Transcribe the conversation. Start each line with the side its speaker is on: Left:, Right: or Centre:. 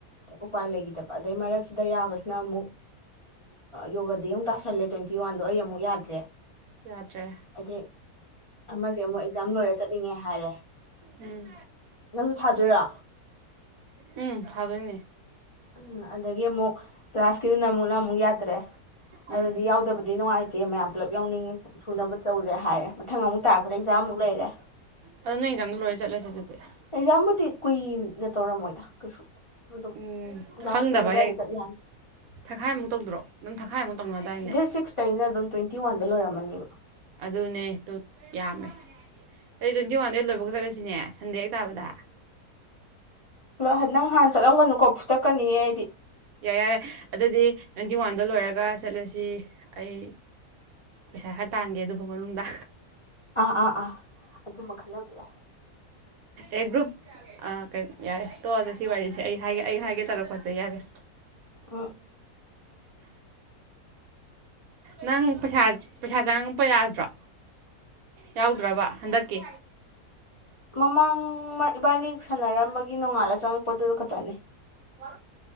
Left: ꯎꯄꯥꯏ ꯂꯩꯈꯤꯗꯕ ꯑꯗꯩ ꯃꯔꯛ ꯅ ꯑꯃꯨꯛ ꯌꯣꯒꯗꯤ ꯑꯃꯨꯛ ꯇꯥꯁꯜꯂꯦ ꯇ꯭ꯋꯦꯟꯇꯤ ꯋꯥꯟꯗꯣ ꯑꯩ ꯑꯃꯨꯛ ꯌꯥꯗ꯭ꯔꯦ
Right: ꯌꯥꯗ꯭ꯔꯦ
Left: ꯑꯗꯩ ꯑꯃꯁꯦ ꯑꯃꯨꯛ ꯑꯦꯛꯖꯥꯝ ꯂꯣꯏꯔ ꯆꯠꯅꯤꯡꯉꯦ ꯍꯥꯏꯔꯦ
Right: ꯎꯝ
Left: ꯅꯪꯁꯨ ꯊꯥꯗꯣꯏꯔ
Right: ꯎꯝ ꯊꯥꯗꯣꯏꯅꯦ
Left: ꯎꯝ ꯑꯗꯒꯤ ꯑꯃꯨꯛ ꯀ꯭ꯂꯥꯁꯀꯤꯗꯨꯅ ꯑꯃꯨꯛꯅ ꯑꯃꯨꯛ ꯌꯥꯗ꯭ꯔꯦ
Right: ꯎꯝ
Left: ꯑꯗꯨꯗꯤ ꯌꯥꯎꯗꯕꯗꯤ ꯅꯨꯡꯉꯥꯏꯇꯦ ꯃꯌꯥꯝ ꯄꯨꯜꯂꯞ ꯌꯥꯎꯅꯤꯡꯉꯦ ꯁꯨꯅꯕ ꯇꯧꯁꯦ ꯍꯥꯏꯔꯦ ꯃꯊꯪ ꯑꯃꯨꯛ ꯇꯥꯔꯛꯄꯗ ꯑꯦꯛꯖꯥꯝꯃꯨꯛ ꯂꯩꯔꯦ
Right: ꯑꯗꯣ ꯅꯣꯏ ꯑꯦꯛꯖꯥꯝꯗꯣ ꯂꯣꯏꯔ ꯆꯠꯂꯁꯦ ꯑꯗꯨꯗꯤ
Left: ꯑꯦꯛꯖꯥꯝꯕꯨꯗꯤ ꯀꯨꯏꯅ ꯇꯧꯔꯝꯃꯣꯏꯗ ꯀꯩꯁꯨ ꯑꯗꯨꯝ
Right: ꯎꯝ
Left: ꯂꯥꯁ
Right: ꯈꯪꯗꯕ
Left: ꯋꯤꯛ ꯑꯗꯨꯋꯥꯏꯗ ꯆꯠ ꯌꯥꯅꯤ
Right: ꯊꯛꯈꯥꯏꯃꯨꯛ ꯇꯧꯗ꯭ꯔꯣ ꯑꯗꯨꯝ ꯊꯛꯈꯥꯏꯃꯨꯛ ꯇꯧꯅꯗꯥꯥꯏꯅꯦ
Left: ꯗꯦꯠ ꯁꯤꯛꯁꯇꯩꯅ ꯑꯗꯨꯝ ꯇ꯭ꯋꯦꯟꯇꯤ ꯋꯥꯟꯗ ꯂꯣꯏꯔꯝꯃꯅꯤꯕ
Right: ꯑꯗꯨꯅꯦ ꯌꯥꯝꯃꯦ ꯑꯩ ꯇ꯭ꯋꯦꯟꯇꯤ ꯋꯥꯟꯗ ꯂꯣꯏꯕꯒ ꯆꯠꯂꯁꯤꯅꯦ ꯍꯟꯗꯦ ꯍꯦꯛ ꯇꯥꯕꯗ
Left: ꯄꯨꯂ ꯅꯪ ꯍꯥꯟꯅ ꯆꯠꯂꯝꯒꯅꯨꯀꯣ ꯐꯨꯇꯛꯀꯅꯤ ꯍꯥꯏꯗꯤ
Right: ꯌꯥ ꯌꯥꯔꯦ ꯑꯗꯨꯗꯤ ꯇ꯭ꯋꯦꯟꯇꯤ ꯋꯥꯟꯗ ꯂꯣꯏꯔꯒ ꯆꯠꯂꯁꯤ ꯑꯩ ꯄꯩꯁꯥ ꯈꯔ ꯇꯥꯟꯒꯦ ꯑꯗꯨꯐ ꯃꯅꯨꯡꯗ
Left: ꯑꯥ ꯑꯥ ꯑꯥ ꯑꯗꯨꯃ ꯈꯟꯅꯕꯤ ꯌꯥꯏ
Right: ꯑꯦ ꯒ꯭ꯔꯨꯞ ꯀꯩꯅꯣ ꯌꯥꯔꯦ ꯇꯣꯛꯑꯁꯦ ꯁꯤ ꯋꯥꯔꯤꯁꯦ ꯑꯩ ꯍꯥꯏꯒꯦ ꯑꯩ ꯍꯥꯏꯒꯦ ꯇꯧꯔꯛꯄꯠꯁꯦ ꯌꯥꯔꯦ
Left: ꯎꯝ
Right: ꯅꯪ ꯄꯩꯁꯥ ꯄꯩꯁꯥ ꯆꯪꯉꯛꯄ ꯌꯥꯗ꯭ꯔꯣ ꯌꯥꯎꯗ꯭ꯔꯕ ꯍꯟꯗꯛꯀꯤ
Left: ꯃꯃꯥꯡ ꯏꯕꯥꯅꯤ ꯁꯥꯟꯅꯔꯝꯕꯒꯤ ꯅꯣꯡꯉꯥꯜꯂꯒ ꯆꯪꯉꯛꯄꯗꯨꯗ ꯈꯛꯇꯅꯦ
Right: ꯋꯥ